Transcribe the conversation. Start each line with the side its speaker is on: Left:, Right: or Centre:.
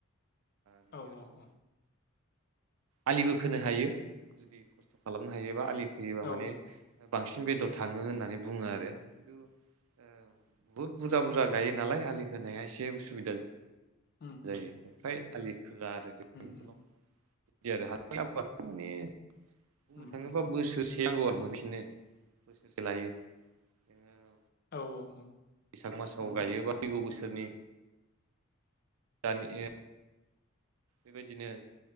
Right: बिनि
Left: औ औ
Right: उनाव
Left: औ।
Right: आलिबो खोनो हायो जुदि खस्थ' खालामनो हायोबा आलि खोयोबा
Left: औ
Right: माने बांसिन बेदर थाङो होननानै बुङो आरो खिन्थु ओ बुहुत बुरजा
Left: औ
Right: बुरजा
Left: औ
Right: गायो नालाय आलि खोनाया एसे उसुबिदा।
Left: उम
Right: जायो
Left: उम
Right: ओमफ्राय आलि खोजआ आरो जोंनि
Left: उम
Right: ओनसोलाव
Left: उम
Right: बिदि आरो हास माने बुंनो
Left: उम उम
Right: थाङोबा
Left: उम
Right: बोसोरसे थांगांगौ मोनफिनो बोसोरसे लायो नोङो।
Left: औ -औ -औ
Right: बैसाग मासाव
Left: उम
Right: गायोबा
Left: उम
Right: फैगौ बोसोरनि
Left: <unintelligible>
Right: दानि बेबायदिनो